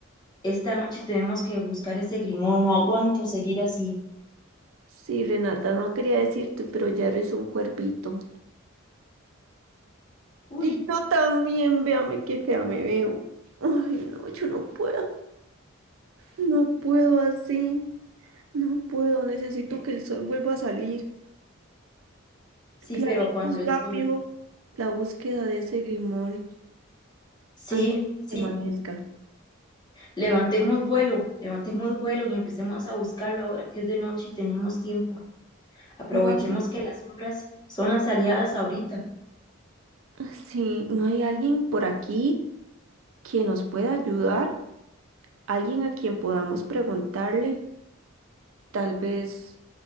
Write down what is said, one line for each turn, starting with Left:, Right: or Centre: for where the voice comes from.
Left: esta noche tenemos que buscar ese grimón. No aguanto seguir así.
Right: Sí, Renata, no quería decirte, pero ya eres un cuervito.
Left: Uy,
Right: Y yo también, véame qué fea me veo. Ay, no, yo no puedo. No puedo así. No puedo. Necesito que el sol vuelva a salir.
Left: sí,
Right: Planeemos
Left: pero cuando el
Right: rápido
Left: sol,
Right: la búsqueda de ese grimorio.
Left: sí,
Right: antes de
Left: sí,
Right: que amanezca.
Left: levantemos vuelo, levantemos vuelo y empecemos a buscarlo ahora que es de noche y tenemos tiempo. Aprovechemos
Right: No hay,
Left: que las sombras son las aliadas ahorita.
Right: ah, sí, no hay alguien por aquí que nos pueda ayudar, alguien a quien podamos preguntarle, tal vez,